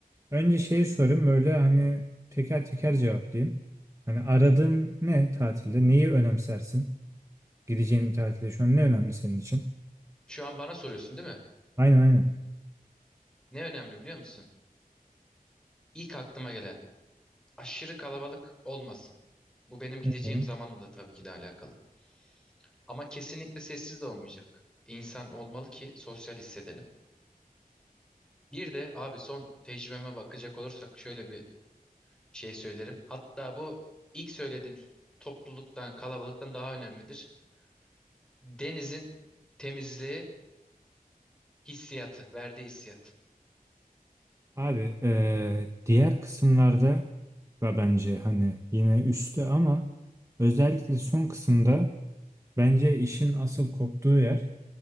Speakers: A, on the right (about 20°); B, in the centre.
A: önce şeyi sorayım böyle hani teker teker cevaplayayım. Hani aradığın ne tatilde? Neyi önemsersin? Gideceğin bir tatilde şu an ne önemli senin için?
B: Şu an bana soruyorsun değil mi?
A: Aynen aynen.
B: Ne önemli biliyor musun? İlk aklıma gelen aşırı kalabalık olmasın. Bu benim gideceğim
A: Hı hı.
B: zamanla da tabii ki de alakalı. Ama kesinlikle sessiz de olmayacak. İnsan olmalı ki sosyal hissedelim. Bir de abi son tecrübeme bakacak olursak şöyle bir şey söylerim. Hatta bu ilk söylediğim topluluktan, kalabalıktan daha önemlidir. Denizin temizliği, hissiyatı, verdiği hissiyat.
A: Abi eee, diğer kısımlarda da bence hani yine üstte ama özellikle son kısımda bence işin asıl koptuğu yer